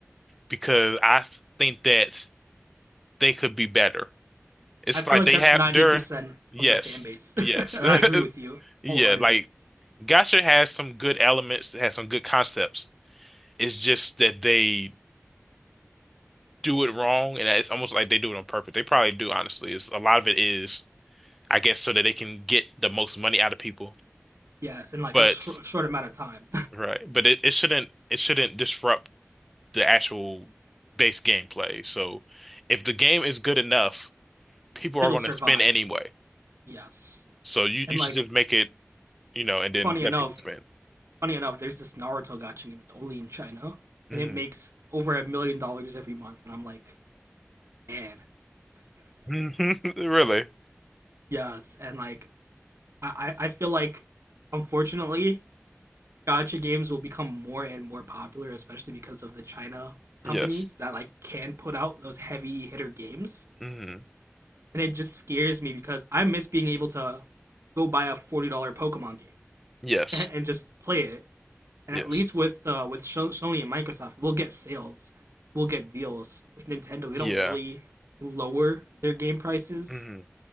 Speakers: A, in the centre; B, on the right (about 70°).
A: because I think that they could be better. It's
B: I feel
A: like
B: like
A: they
B: that's
A: have
B: ninety
A: their
B: percent
A: yes,
B: of the fan base,
A: yes.
B: <laughs> and I
A: <laughs>
B: agree with you wholeheartedly.
A: Yeah, like gotcha has some good elements, it has some good concepts. It's just that they do it wrong and it's almost like they do it on purpose. They probably do, honestly. It's a lot of it is, I guess, so that they can get the most money out of people.
B: Yes, in like
A: But
B: a sh- short amount of time,
A: right, but it, it shouldn't it shouldn't disrupt the actual base gameplay. So if the game is good enough,
B: <laughs>
A: people
B: it'll
A: are going
B: survive.
A: to spend anyway.
B: Yes,
A: So you,
B: and
A: you
B: like
A: should just make it, you know, and then
B: funny
A: let
B: enough,
A: people spend.
B: funny enough, there's this Naruto gotcha, and it's only in China,
A: Mhm.
B: and it makes over a million dollars every month, and I'm like, man.
A: <laughs> Really?
B: <laughs> yes, and like I I feel like unfortunately gacha games will become more and more popular, especially because of the China
A: Yes.
B: companies that like can put out those heavy hitter games.
A: hmm
B: And it just scares me because I miss being able to go buy a forty dollar Pokemon game <laughs>
A: Yes.
B: and, and, just play it. And
A: Yes.
B: at least with uh, with Sony and Microsoft, we'll get sales, we'll get deals. With Nintendo, they
A: Yeah.
B: don't really lower their game prices,
A: hmm